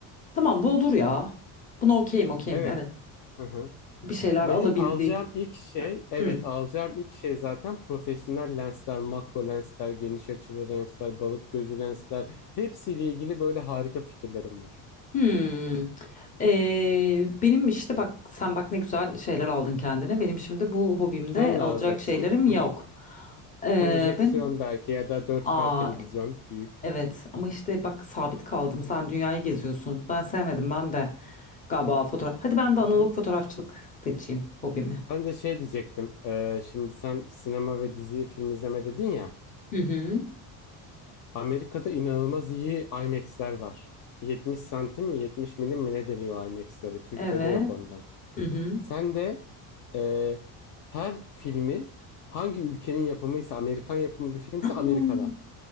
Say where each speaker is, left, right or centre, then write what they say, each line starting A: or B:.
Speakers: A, on the left; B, on the left.
A: tamam bu olur ya. Buna okeyim okeyim
B: evet.
A: evet.
B: Hı hı.
A: Bir şeyler
B: Benim
A: alabildiğim.
B: alacağım ilk şey, evet
A: Hı.
B: alacağım ilk şey zaten profesyonel lensler, makro lensler, geniş açılı lensler, balık gözü lensler. Hepsiyle ilgili böyle harika fikirlerim var.
A: Hmm. Ee, benim işte bak sen bak ne güzel şeyler aldın kendine. Benim şimdi bu hobimde
B: Sen ne
A: alacak
B: alacaksın?
A: şeylerim yok.
B: Hı hı.
A: Ee,
B: Projeksiyon
A: ben
B: belki ya da 4K
A: aa
B: televizyon büyük.
A: evet ama işte bak sabit kaldım. Sen dünyayı geziyorsun. Ben sevmedim ben de galiba fotoğraf. Hadi ben de analog
B: Hı hı.
A: fotoğrafçılık seçeyim hobimi.
B: Ben de şey diyecektim. eee, şimdi sen sinema ve dizi film izleme dedin ya.
A: Hı hı.
B: Amerika'da inanılmaz iyi IMAX'ler var. 70 santim mi 70 milim mi ne deniyor IMAX'lere? Türkiye'de
A: Evet.
B: yok ondan.
A: Hı hı.
B: Sen
A: <gasps>
B: de e, her filmi hangi ülkenin yapımıysa Amerikan yapımı bir filmse
A: Hmm.
B: Amerika'da.